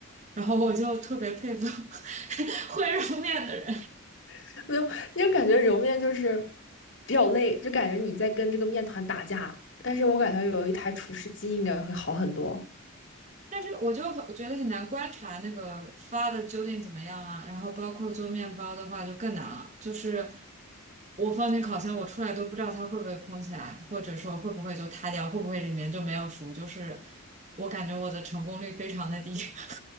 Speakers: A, on the right; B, on the left.
A: 然后我就特别佩服 <laughs> 会揉面的人，
B: <laughs> 没有，因为感觉揉面就是比较累，就感觉你在跟这个面团打架，但是我感觉有一台厨师机应该会好很多。
A: 但是我就很我觉得很难观察那个发的究竟怎么样啊。然后包括做面包的话就更难了，就是我放进烤箱，我出来都不知道它会不会蓬起来，或者说会不会就塌掉，会不会里面就没有熟，就是我感觉我的成功率非常的低。<laughs>